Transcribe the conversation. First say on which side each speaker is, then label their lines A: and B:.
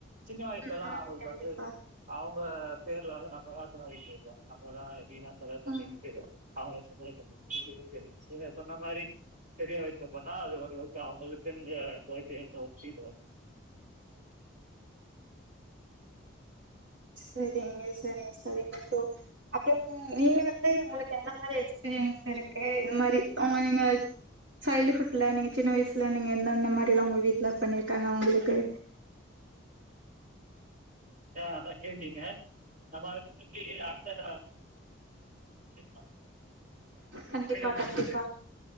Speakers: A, on the right; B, on the right.
A: சின்ன வயசுல
B: ம்
A: எல்லா
B: ம்
A: அவுங்களுக்கு
B: கண்டிப்பா
A: வந்து அவுங்க பேருல வந்து ந சாதாரன விஷ்யோ நம்மதா வீணா செலவு பண்ணிகிட்டு
B: ம்
A: <unintelligible> நீங்க சொன்ன மாரி பெரிய வயசுல பண்ணா அது ஒரளவுக்கு அவ்ங்களுக்குங்க ஓகே என்ற ஒரு ஃபீல் வரு
B: செரிங்க செரி செரிங்க ப்ரோ அப்றொ நீங்க வந்து உங்களுக்கு என்ன மாரி எக்ஸ் பீரீயன்ஸ் இருக்கு இந் மாரி அவுங் நீங்க சைல்டுஹுட்ல நீங்க சின்ன வயசுல நீங்க எந்தெந்த மாரி எல்லா உங்க வீட்ல பண்ணிருக்காங்க உங்களுக்கு
A: ஆ அதா கேட்டீங்க நம்ம அத பத்தி அடுத்த <inaudible>
B: கண்டிப்பா
A: மீண்டும் தொடர்ந்து
B: கண்டிப்பா
A: பேச